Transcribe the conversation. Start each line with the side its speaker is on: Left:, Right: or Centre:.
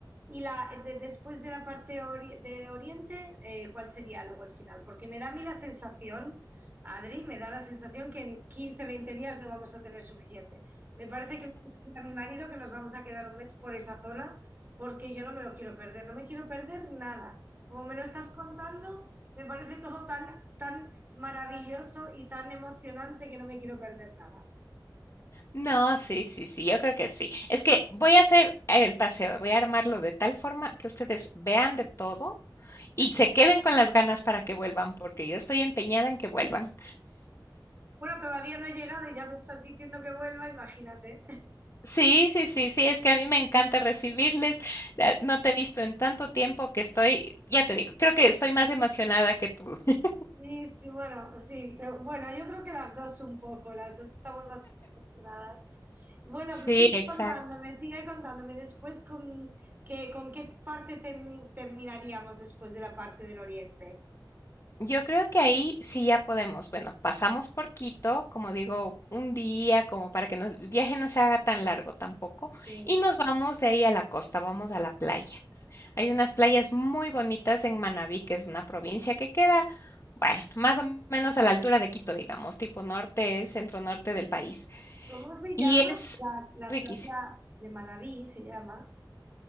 Right: Y la, de- después de la parte ori- del Oriente, eh, ¿cuál sería luego el final? Porque me da a mí la sensación, Adri, me da la sensación que en 15, 20 días no vamos a tener suficiente. Me parece que le voy a decir a mi marido que nos vamos a quedar un mes por esa zona porque yo no me lo quiero perder, no me quiero perder nada. Como me lo estás contando, me parece todo tan, tan maravilloso y tan emocionante que no me quiero perder nada.
Left: No, sí, sí, sí, yo creo que sí. Es que voy a hacer el paseo, voy a armarlo de tal forma que ustedes vean de todo y se queden con las ganas para que vuelvan, porque yo estoy empeñada en que vuelvan.
Right: Bueno, todavía no he llegado y ya me estás diciendo que vuelva, imagínate.
Left: Sí, sí, sí, sí, es que a mí me encanta recibirles. Ah, No te he visto en tanto tiempo que estoy, ya te digo, creo que estoy más emocionada que tú. <laughs>
Right: Sí, sí, bueno, sí, se- bueno, yo creo que las dos un poco, las dos estamos bastante afortunadas. Bueno,
Left: Sí,
Right: pues sigue
Left: exacto.
Right: contándome, sigue contándome después con, que, con qué parte termi- terminaríamos después de la parte del oriente.
Left: Yo creo que ahí sí ya podemos. Bueno, pasamos por Quito, como digo, un día, como para que nos- el viaje no se haga tan largo tampoco,
Right: Sí.
Left: y nos vamos de ahí a la costa, vamos a la playa. Hay unas playas muy bonitas en Manabí, que es una provincia que queda, bueno, más o menos a la altura de Quito, digamos, tipo norte, centro norte del país.
Right: ¿Cómo se
Left: Y
Right: llama?
Left: es
Right: La, la
Left: riquísimo.
Right: playa de Manabí se llama.